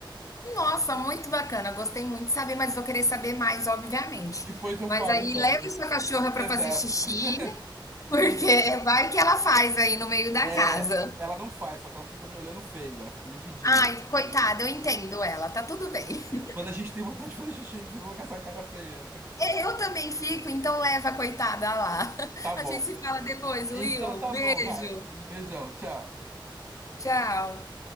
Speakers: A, on the left (about 40°); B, on the right (about 30°).
A: Nossa, muito bacana. Gostei muito de saber, mas vou querer saber mais, obviamente.
B: Depois eu
A: Mas
B: falo,
A: aí
B: então,
A: leve
B: eu.
A: sua cachorra para
B: Exato.
A: fazer xixi,
B: <laughs>
A: <laughs> porque
B: Isso.
A: vai que ela faz aí no meio da
B: É,
A: casa.
B: ela não faz, só que ela fica me olhando feio, ela fica me pedindo
A: Ai,
B: aqui pra
A: coitada,
B: descer.
A: eu entendo ela, tá tudo bem. <laughs>
B: Quando a gente tem vontade de fazer xixi, a gente fica com essa cara feia, né?
A: Eu também fico, então leva a coitada lá. <laughs>
B: Tá bom.
A: A gente se fala depois,
B: Então
A: Will.
B: tá
A: Beijo.
B: bom, Rai. Um beijão, tchau.
A: Tchau.